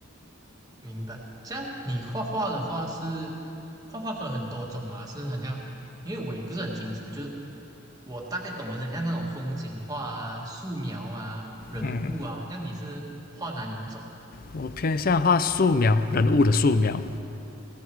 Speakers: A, on the right; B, on the left.
A: 明白。这样你画画的话是画画分很多种啊，是很像，因为我也不是很清楚，就是我大概懂的是很像那种风景画啊、素描啊、人物啊。
B: 嗯，
A: 这样你是画哪里一种啊？
B: 我偏向画素描人物的素描。